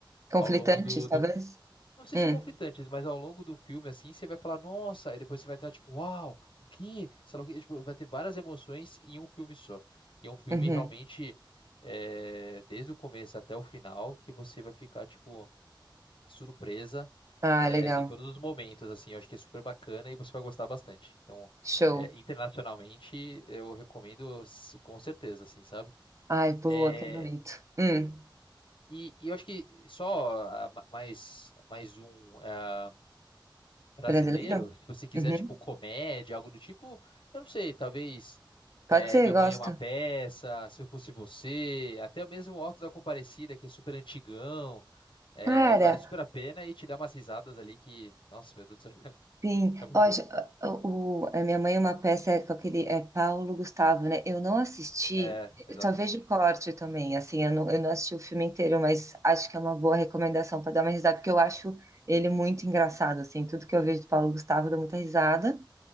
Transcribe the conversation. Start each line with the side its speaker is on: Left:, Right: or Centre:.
Right: Conflitantes,
Left: ao longo do,
Right: talvez?
Left: do Não sei
Right: Hum,
Left: se conflitantes, mas ao longo do filme, assim, você vai falar, nossa, aí depois você vai estar tipo, uau, o que? Sei lá o quê. Tipo, vai ter várias emoções em um filme só. E é um filme
Right: uhum.
Left: realmente, é, desde o começo até o final, que você vai ficar, tipo, surpresa,
Right: Ah,
Left: é,
Right: legal.
Left: de todos os momentos, assim. Eu acho que é super bacana e você vai gostar bastante. Então,
Right: Show.
Left: é, internacionalmente, eu recomendo s- com certeza, assim, sabe?
Right: Ai, boa,
Left: É,
Right: quero muito. Hum.
Left: e, e eu acho que só ah, ma- mais, mais um. eh, brasileiro,
Right: Brasileiro?
Left: se você quiser,
Right: Uhum.
Left: tipo, comédia, algo do tipo, eu não sei, talvez é,
Right: Pode ser,
Left: Minha
Right: gosto.
Left: Mãe é uma Peça, Se Eu Fosse Você, até mesmo o Alto da Comparecida, que é super antigão, é,
Right: Cara,
Left: vale super a pena e te dá umas risadas ali que, nossa, meu Deus do céu, <laughs>
Right: sim.
Left: é muito
Right: Eu acho-
Left: bom.
Right: o, o- a minha mãe é uma peça com aquele é Paulo Gustavo, né? Eu não assisti,
Left: É, exatamente.
Right: eu só vejo corte também, assim, eu não, eu não assisti o filme inteiro, mas acho que é uma boa recomendação para dar uma risada, porque eu acho ele muito engraçado, assim, tudo que eu vejo do Paulo Gustavo eu dou muita risada.